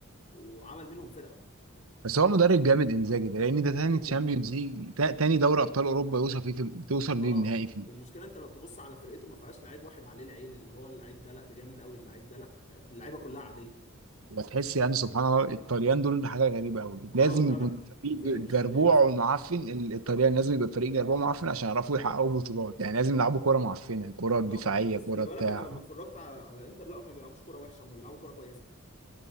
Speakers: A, on the left; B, on the right.
A: وعمل منهم فرقه
B: بس هو مدرب جامد انزاجي ده لان ده تاني
A: جدا
B: تشامبيونز ليج تا- تاني دوري ابطال اوروبا يوصل فيه في توصل
A: اه
B: للنهائي فيه
A: والمشكله انت لو تبص على فرقته ما فيهاش لعيب واحد عليه العين اللي هو اللعيب ده لا ده جامد قوي اللعيب ده لا اللعيبه كلها عاديه
B: وتحس يعني سبحان الله الطليان دول حاجه غريبه قوي
A: اه
B: لازم
A: لا
B: يكون
A: لا
B: فريق
A: انزاجي
B: جربوع
A: مش طبيعي بصراحه
B: ومعفن ال- الطليان لازم يبقى فريق جربوع ومعفن عشان يعرفوا يحققوا بطولات يعني لازم يلعبوا كوره معفنه كوره دفاعيه
A: اه بس
B: كوره
A: خلي بالك
B: بتاع
A: انا لما اتفرجت على على انتر لا هم ما بيلعبوش كوره وحشه هم بيلعبوا كوره كويسه